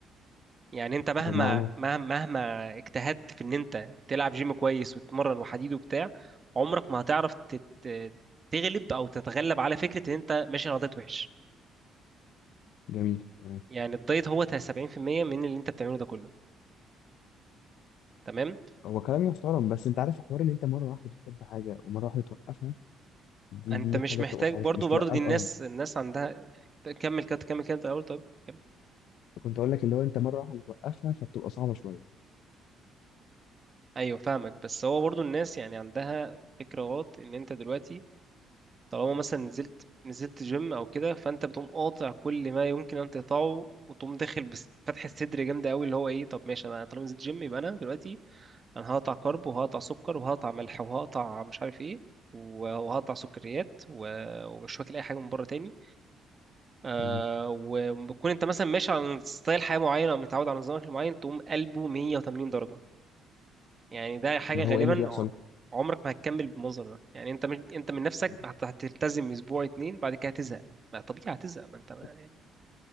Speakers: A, on the right; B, on the left.
A: يعني انت مهما
B: بمعنى
A: مهما مهما اجتهدت في ان انت تلعب جيم كويس وتتمرن وحديد وبتاع عمرك ما هتعرف تت- تغلب او تتغلب على فكره ان انت ماشي على دايت وحش
B: جميل تمام
A: يعني الدايت هو 70% من اللي انت بتعمله ده كله تمام
B: هو كلام يحترم بس انت عارف حوار ان انت مره واحده بتحب حاجه ومره واحده توقفها دي
A: انت
B: دي
A: مش
B: حاجه
A: محتاج
B: بتبقى صعبه
A: برضو
B: شو. مش توقف
A: برضو دي الناس
B: اه
A: الناس عندها كمل كده كمل كده انت الاول طيب كمل.
B: كنت اقول لك اللي هو انت مره واحده بتوقفها فبتبقى صعبه شويه
A: ايوه فاهمك بس هو برضو الناس يعني عندها فكره غلط ان انت دلوقتي طالما مثلا نزلت نزلت جيم او كده فانت بتقوم قاطع كل ما يمكن ان تقطعه وتقوم داخل بس فتح الصدر جامده قوي اللي هو ايه طب ماشي انا طالما نزلت جيم يبقى انا دلوقتي انا هقطع كارب وهقطع سكر وهقطع ملح وهقطع مش عارف ايه و- وهقطع سكريات و- ومش واكل اي حاجه من بره تاني آه
B: تمام
A: وبتكون انت مثلا ماشي على ستايل حياه معين او متعود على نظام أكل معين تقوم قلبه 180 درجه يعني ده حاجة
B: امال
A: غالبا
B: هو ايه اللي بيحصل
A: ع- عمرك ما هتكمل بالمنظر ده يعني انت مش انت من نفسك
B: تمام.
A: هت- هتلتزم اسبوع اتنين بعد كده هتزهق ما طبيعي هتزهق ما انت ما
B: تمام.
A: يعني